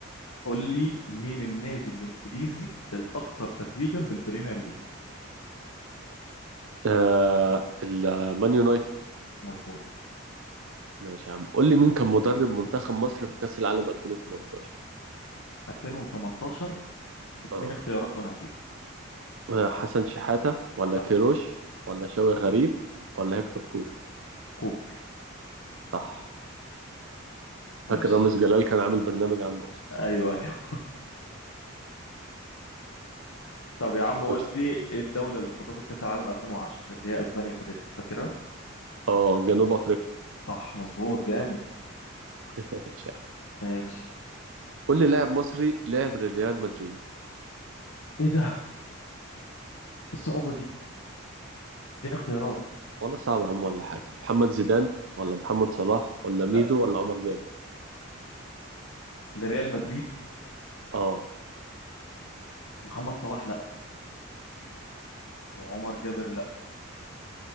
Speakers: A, on the left; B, on the right.
A: قول لي مين النادي الانجليزي الاكثر تتويجا بالبريمير ليج
B: آه المان يونايتد
A: مظبوط
B: ماشي يا عم قول لي مين كان مدرب منتخب مصر في كأس العالم 2018
A: 2018 اديني
B: اه
A: اختيارات وانا هجيبها
B: آه حسن شحاتة ولا
A: لا
B: كيروش ولا شوقي غريب ولا هيكتور كوبر
A: كوبر
B: صح فاكر
A: ماشي
B: رامز جلال كان عامل برنامج عنه اصلا
A: ايوه ايوه <laughs> طب يا عم قول
B: <laughs>
A: لي ايه الدوله اللي استضافت كاس العالم 2010 اللي هي اسبانيا خدتها فاكرها
B: اه جنوب افريقيا
A: صح مظبوط جامد
B: <laughs> ماشي يا عم.
A: ماشي
B: قول لي لاعب مصري لعب ريال مدريد
A: ايه ده الصعوبه دي اديني اختيارات
B: ولا صعب يا عم ولا حاجة محمد زيدان ولا محمد صلاح ولا ميدو
A: لا
B: ولا عمر جاب
A: لريال مدريد
B: اه
A: محمد صلاح لا وعمر جابر لا